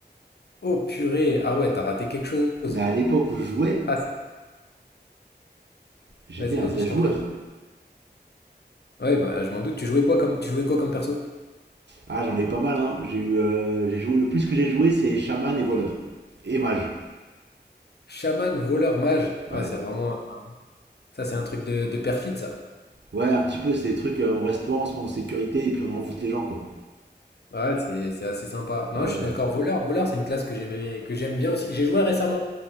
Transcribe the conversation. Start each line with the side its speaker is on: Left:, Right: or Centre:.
Left: Oh purée, ah ouais, t'as raté quelque chose.
Right: Mais à l'époque où je jouais,
Left: Ah,
Right: j'étais
Left: vas-y,
Right: un
Left: vas-y,
Right: vrai
Left: je
Right: joueur.
Left: t'en prie. Ouais, bah je m'en doute, tu jouais quoi comme tu jouais quoi comme perso?
Right: Ah, j'en ai eu pas mal, hein. J'ai eu, euh, j'ai joué, le plus que j'ai joué, c'est chaman et voleur. Et mage.
Left: Chaman, voleur, mage.
Right: Ouais.
Left: Ouais, c'est vraiment ça c'est un truc de, de perfide ça.
Right: Ouais, un petit peu, c'est des trucs, euh, on reste toi, on se met en sécurité et puis on envoûte les gens, quoi.
Left: Ouais, c'est c'est assez sympa. Non,
Right: Euh,
Left: je suis d'accord. Voleur, voleur, c'est une classe que j'aimais, que j'aime bien aussi, que j'ai joué récemment.